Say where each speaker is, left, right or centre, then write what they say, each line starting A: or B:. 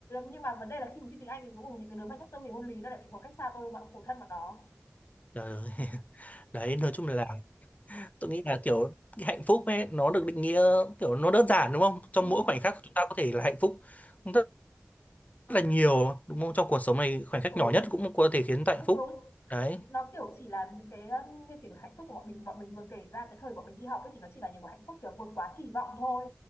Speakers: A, on the left; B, on the left.
A: nhưng mà vấn đề là khi mà thi tiếng Anh thì cuối cùng những cái đứa mà nhắc tôi về môn lý nó lại bị một cách xa tôi mà khổ thân bọn đó
B: trời ơi <laughs> đấy nói chung là tôi nghĩ là kiểu cái hạnh phúc ấy nó được định nghĩa kiểu nó đơn giản đúng không trong
A: ừ.
B: mỗi khoảnh khắc chúng ta có thể là hạnh phúc rất là nhiều đúng không trong cuộc sống này khoảnh khắc
A: ừ
B: nhỏ nhất cũng có thể khiến chúng ta hạnh
A: cũng
B: phúc
A: đúng
B: đấy
A: nó kiểu chỉ là những cái um, như kiểu hạnh phúc của bọn mình bọn mình vừa kể ra cái thời bọn mình đi học ấy thì nó chỉ là những cái hạnh phúc kiểu vượt quá kỳ vọng thôi